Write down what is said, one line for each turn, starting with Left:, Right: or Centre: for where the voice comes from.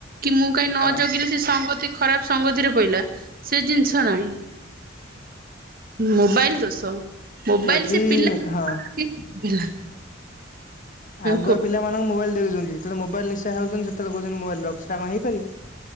Right: କି ମୁଁ କାଇଁ ନ
Left: ହଁ
Right: ଜଗିଲି ସେ ସଙ୍ଗତି ଖରାପ ସଙ୍ଗତିରେ ପଇଲା ସେ ଜିନିଷ୍ ନାହିଁ। ମୋବାଇଲ ଦୋଷ। ମୋବାଇଲ
Left: ଯଦି
Right: ସେ ପିଲା। <unintelligible>
Left: ହଁ ଆଗୁଆ
Right: ହଁ।
Left: ପିଲାମାନଙ୍କୁ ମୋବାଇଲ ଦେଇ ଦଉଛନ୍ତି। ଯେତବେଳେ ମୋବାଇଲ ନିଶା ହଉଛନ୍ତି ସେତେବେଳେ କହୁଛନ୍ତି ମୋବଇଲ ରଖ। ସେଟା କଣ ହେଇପାରିବ?